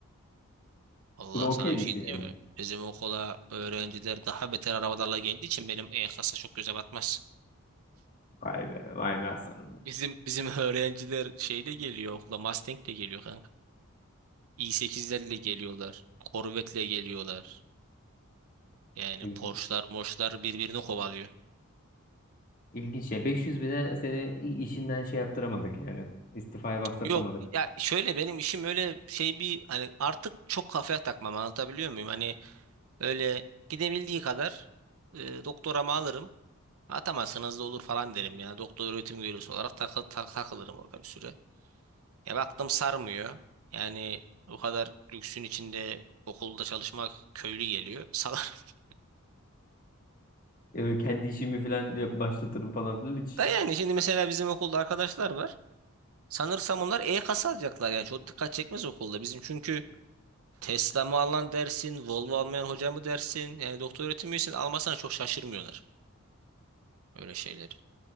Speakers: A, on the right (about 75°); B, on the left (about 40°).
A: Allah
B: buna okey
A: sana bir
B: misin
A: şey diyeyim
B: yani?
A: mi? Bizim okula öğrenciler daha beter arabalarla geldiği için benim E-Klas'a çok göze batmaz.
B: Vay be, vay be Hasan'ım be.
A: Bizim bizim <laughs> öğrenciler şeyle geliyor okula Mustang'le geliyor kanka. i8'lerle geliyorlar. Corvette'le geliyorlar. Yani
B: İlginç.
A: Porsche'lar, Mosche'lar birbirini kovalıyor.
B: İlginç ya. 500 bine seni i- işinden şey yaptıramadık yani. İstifaya bastırtamadık.
A: Yok ya şöyle benim işim öyle şey bir hani artık çok kafaya takmam anlatabiliyor muyum? Hani Öyle gidebildiği kadar e, doktoramı alırım. Atamazsanız da olur falan derim yani. Doktor öğretim üyesi olarak takı- tak- takılırım orada bir süre. Ya baktım sarmıyor. Yani o kadar lüksün içinde okulda çalışmak köylü geliyor. Salar. <laughs>
B: Ya kendi işimi falan yap- başlatırım falan filan hiç.
A: Da yani şimdi mesela bizim okulda arkadaşlar var. Sanırsam onlar E-kasa alacaklar yani. Çok dikkat çekmez okulda. Bizim çünkü Tesla mı alan dersin, Volvo almayan hoca mı dersin? Yani doktor öğretim üyesini almazsan çok şaşırmıyorlar. Öyle şeyleri.